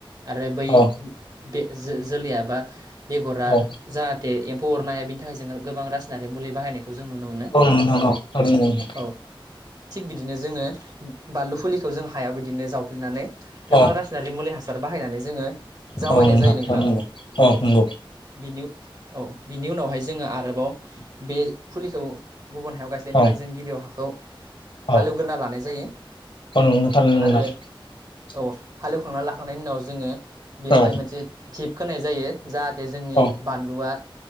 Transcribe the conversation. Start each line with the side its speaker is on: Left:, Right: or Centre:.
Right: आरो बै
Left: औ
Right: बे जो जोलैया बा बेगरा
Left: औ
Right: जाहाथे एम्फौ अरनो हाया बिनि थाखाय जोङो गोबां रासायनारि मुलि बाहायनाय खौ जों नुनो मोनो
Left: नंगौ नोंथां औ थारैनो नोंथां
Right: औ। थिग बिदिनो जोङो बानलु फुलिखौ जों हायाव बिदिनो जाउगिलि नानै गोबां
Left: औ
Right: रासायनारि मुलि हासार बाहायनानै जोङो जावायनाय
Left: औ
Right: जायो नोंथां।
Left: थारैनो नंगौ
Right: औ
Left: नंगौ
Right: बिनि औ। बिनि उनावहाय जोङो आरोबाव बे फुलिखौ गुबुन हायाव गायस्लायनो
Left: औ
Right: थाखाय जों गिबियाव हाखौ
Left: औ
Right: हालेवग्रोना लानाय जायो।
Left: <unintelligible>
Right: आरो औ हालेवखांनानै लाखांनायनि उनाव जोङो बेवहाय
Left: औ
Right: मोनसे टिप खोनाय जायो जा हाथे जोंनि
Left: औ
Right: बानलुआ